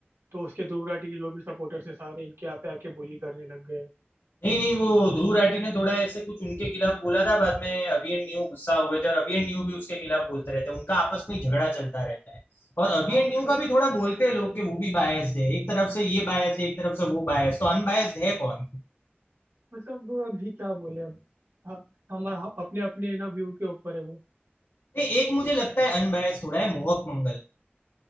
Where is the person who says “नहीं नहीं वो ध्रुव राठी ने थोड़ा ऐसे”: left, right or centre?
Left